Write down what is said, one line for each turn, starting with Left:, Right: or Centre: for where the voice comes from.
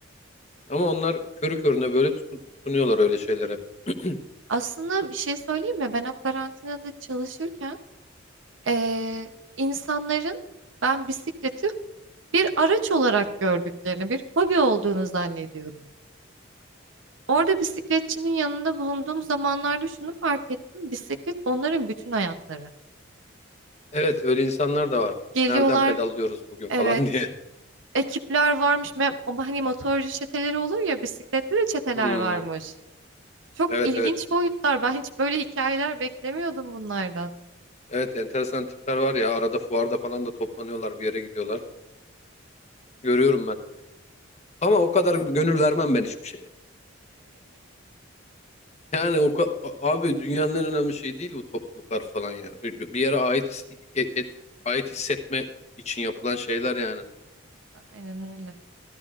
Left: Ama onlar körü körüne böyle tutu- tutunuyorlar öyle şeylere. <clears throat>
Right: Aslında bir şey söyleyeyim mi? Ben o karantinada çalışırken eee, insanların ben bisikleti bir araç olarak gördüklerini, bir hobi olduğunu zannediyordum. Orada bisikletçinin yanında bulunduğum zamanlarda şunu fark ettim. Bisiklet onların bütün hayatları.
Left: Evet öyle insanlar da var.
Right: Geliyorlar,
Left: Nereden pedallıyoruz bugün
Right: evet,
Left: falan diye.
Right: ekipler varmış. Me- Ama hani motorcu çeteleri olur ya, bisikletli de çeteler
Left: <laughs> Hmm,
Right: varmış. Çok
Left: evet
Right: ilginç
Left: evet
Right: boyutlar. Ben hiç böyle hikayeler beklemiyordum bunlardan.
Left: Evet enteresan tipler var ya arada fuarda falan da toplanıyorlar bir yere gidiyorlar. Görüyorum ben. Ama o kadar gönül vermem ben hiçbir şeye. Yani o ka- a- abi dünyanın en önemli şeyi değil bu topluluklar falan ya. Bir yere ait his- e- e- ait hissetme için yapılan şeyler yani.
Right: Aynen öyle.